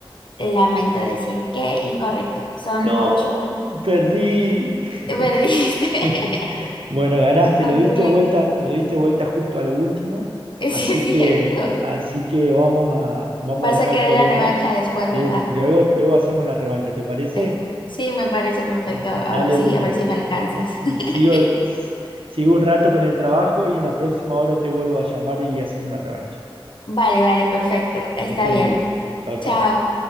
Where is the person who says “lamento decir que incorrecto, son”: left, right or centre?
Left